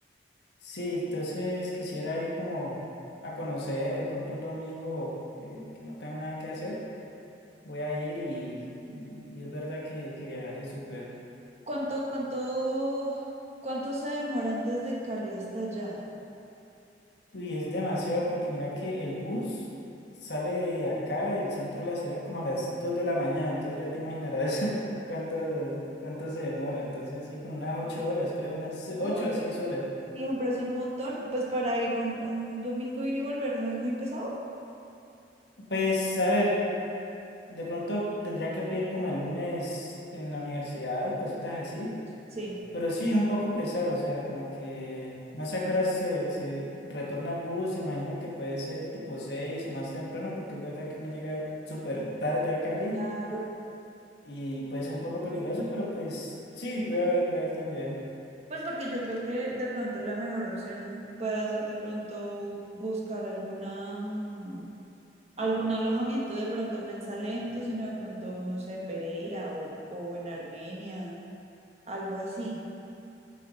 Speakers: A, on the left (about 70°); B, on the right (about 35°).
A: Sí, entonces quisiera ir como a conocer, de pronto un domingo eh, que no tenga nada que hacer, voy a ir y, y, y es verdad que, que viajar es súper.
B: ¿Cuánto, cuánto, cuánto se demoran desde Cali hasta allá?
A: Uy, es demasiado porque mira que el bus sale de acá, del centro de la ciudad, como a las 2 de la mañana, entonces ya te imaginarás <laughs> cuánto, cuánto se demora, entonces sí, como unas 8 horas, creo, unas se- ocho
B: Uy,
A: o 6 horas.
B: siempre es un montón. Pues para ir un, un domingo ir y volver no es muy pesado.
A: Pues a ver, de pronto tendría que pedir como el lunes en la universidad y cositas así,
B: Sí.
A: pero sí, es un poco pesado, o sea, como que no sé a qué horas se, se retorna el bus, imagino que puede ser tipo 6 o más temprano, porque es verdad que uno llega súper tarde a Cali.
B: Claro,
A: Y puede ser un poco peligroso, pero pues sí, voy a ver, voy a ver también.
B: Pues porque yo creo que de pronto la mejor opción puede ser de pronto buscar alguna, mm, algún alojamiento, de pronto no en Salento, sino de pronto, no sé, Pereira o, o en Armenia, algo así.